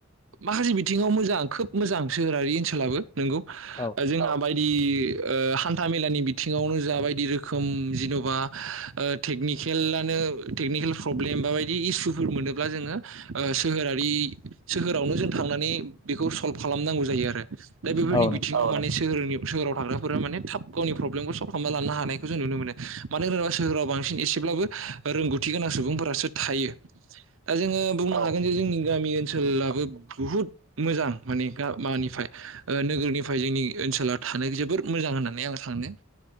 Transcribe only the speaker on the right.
माखासे बिथिङाव मोजां खोब मोजां सोहोरारि ओनसोलाबो नोंगौ
ओ जोंहा बायदि ओ हान्था मेलानि बिथिङावनो जा बायदि रोखोम जिन'बा ओ टेकनिकेलानो टेकनिकेल प्रब्लेम बा बायदि इसुफोर मोनोब्ला जोङो ओ सोहोरारि सोहोरावनो जों थांनानै बेखौ सल्भ खालामनांगौ जायो आरो दा बेफोरनि
बिथ माने सोहोरनि सोराव थाग्राफोरा माने थाब गावनि प्रब्लेमखौ सल्भ खालामना लानो हानायखौ जों नुनो मोनो। मानो होनोबा सोहोराव बांसिन एसेब्लाबो रोंगौथि गोनां सुबुंफोरासो थायो।
दा जोङो बुंनो हाग जोंनि गामि ओनसोलाबो बुहुत मोजां माने गा मानिफाय ओ नोगोरनि फाय जोंनि ओनसोला थानो जोबोर मोजां होननानै आं सानो।